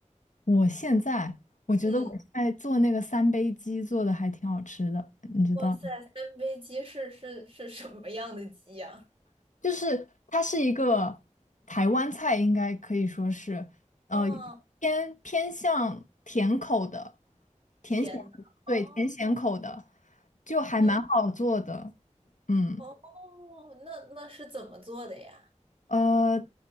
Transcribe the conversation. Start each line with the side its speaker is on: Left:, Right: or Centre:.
Left: 我现在我觉得我在做那个三杯鸡做的还挺好吃的，
Right: 嗯。
Left: 你知道？
Right: 哇塞，三杯鸡是是是什么样的鸡呀、
Left: 就是它是一个台湾菜，应该可以说是，呃，
Right: <laughs> 啊，
Left: 偏偏向甜口的，甜咸，
Right: 甜的哦，
Left: 对，甜咸口的，就还蛮好做的，
Right: 嗯，
Left: 嗯。
Right: 哦，那那是怎么做的呀？
Left: 呃，